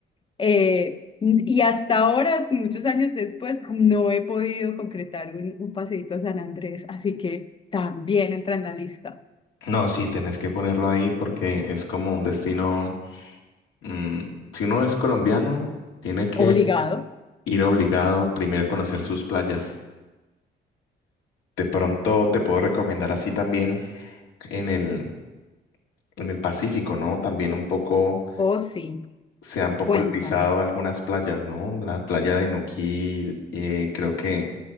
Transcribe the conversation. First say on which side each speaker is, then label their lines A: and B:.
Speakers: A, on the left (about 25°); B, on the left (about 85°).
A: eh, y hasta ahora, muchos años después, no he podido concretar un, un paseíto a San Andrés, así que también entra en la lista.
B: No, sí, tenés que ponerlo ahí porque es como un destino. mm, si uno es colombiano, tiene que
A: Obligado.
B: ir obligado primero a conocer sus playas. De pronto te puedo recomendar así también en el en el Pacífico, ¿no? También un poco
A: Oh, sí,
B: se han popularizado
A: cuéntame.
B: algunas playas, ¿no? La playa de Nuquil, eh, creo que